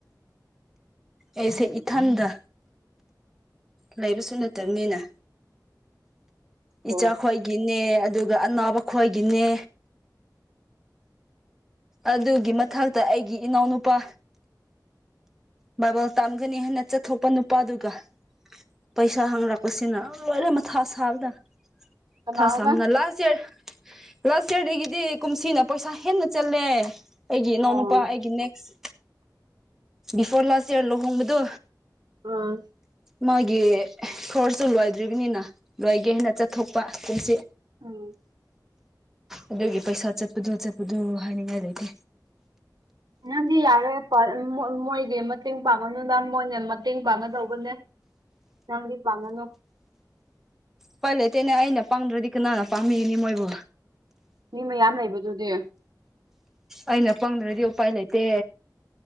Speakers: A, in the centre; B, on the right.
A: ꯑꯩꯁꯦ ꯏꯊꯟꯗ ꯂꯩꯕꯁꯨ ꯅꯠꯇꯕꯅꯤꯅ ꯏꯆꯥ
B: ꯍꯣꯏ
A: ꯈ꯭ꯣꯏ ꯒꯤꯅꯦ ꯑꯗꯨꯒ ꯑꯅꯥꯕ ꯈꯣꯏꯒꯤꯅꯦ ꯑꯗꯨꯒꯤ ꯃꯊꯛꯇ ꯑꯩꯒꯤ ꯏꯅꯥꯎꯅꯨꯄꯥ ꯕꯥꯏꯕꯜ ꯇꯥꯝꯒꯅꯤ ꯍꯥꯏꯅ ꯆꯠꯊꯣꯛꯄ ꯅꯨꯄꯥꯗꯨꯒ ꯄꯩꯁꯥ ꯍꯥꯡꯔꯛꯄꯁꯤꯅ ꯂꯣꯏꯅ ꯃꯊꯥ ꯁꯥꯕꯗ
B: ꯀꯅꯥ
A: ꯊ
B: ꯍꯥꯏꯕ
A: ꯁꯝꯅ ꯂꯥꯁ ꯌꯥꯔ ꯂꯥꯁ ꯏꯔꯗꯒꯤꯗꯤ ꯀꯨꯝꯁꯤꯅ ꯄꯩꯁꯥ ꯍꯦꯟꯅ ꯆꯜꯂꯦ ꯑꯩꯒꯤ ꯏꯅꯥꯎꯅꯨꯄꯥ
B: ꯑꯣ
A: ꯑꯩꯒꯤ ꯅꯦꯛꯁ ꯕꯤꯐꯣꯔ ꯂꯥꯁ ꯏꯔ ꯂꯨꯍꯣꯡꯕꯗꯣ
B: ꯑꯥ
A: ꯃꯥꯒꯤ ꯈꯣꯔꯁꯁꯨ ꯂꯣꯏꯗ꯭ꯔꯤꯕꯅꯤꯅ ꯂꯣꯏꯒꯦ ꯑꯩꯅ ꯆꯠꯊꯣꯛꯄ ꯀꯨꯝꯁꯤ
B: ꯎꯝ
A: ꯑꯗꯨꯒꯤ ꯄꯩꯁꯥ ꯆꯠꯄꯗꯨꯣ ꯆꯠꯄꯗꯣ ꯍꯥꯏꯅꯤꯡꯉꯥꯏ ꯂꯩꯇꯦ
B: ꯅꯪꯗꯤ ꯌꯥꯔꯦ ꯃꯣꯏꯗꯤ ꯃꯇꯦꯡ ꯄꯥꯡꯉꯅꯨꯗ ꯃꯣꯏꯅ ꯃꯇꯦꯡ ꯄꯥꯡꯒꯗꯧꯕꯅꯦ ꯅꯥꯡꯪꯗꯤ ꯐꯪꯅ
A: ꯄꯜ ꯂꯩꯇꯦꯅꯦ ꯑꯩꯅ ꯄꯥꯗ꯭ꯔꯗꯤ ꯀꯅꯥꯅ ꯄꯥꯝꯃꯤꯅꯤ ꯃꯣꯏꯕꯨ
B: ꯃꯤ ꯃꯌꯥꯝ ꯂꯩꯕꯗꯨꯗꯤ
A: ꯑꯩꯅ ꯄꯪꯗ꯭ꯔꯗꯤ ꯎꯄꯥꯏ ꯂꯩꯇꯦ